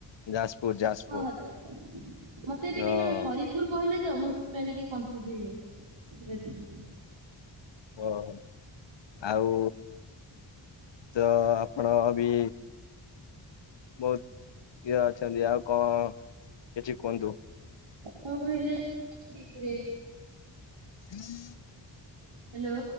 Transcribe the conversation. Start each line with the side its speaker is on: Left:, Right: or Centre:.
Left: ଯାଜପୁର ଯାଜପୁର
Right: ହଁ-ହଁ ଜାଣିପାଇଲି ମତେ ଏବେ
Left: ହଁ
Right: କିଏ ଜଣେ ହରିପୁର କହିଲେ ତ ମୁଁ ସେଥିପାଇଁ ଟିକେ କନଫ୍ୟୁଜ ହେଇଗଲି ଠିକ୍ ଅଛିି।
Left: ଓହୋ ଆଉ ତ ଆପଣ ବି ବହୁତ୍ ଇଏ ଅଛନ୍ତି ଆଉ କଣ କିଛି କୁହନ୍ତୁ?
Right: କ‌ଣ କହିଲେ ଠିକ୍ ରେ
Left: <inaudible>
Right: ହାଲୋ।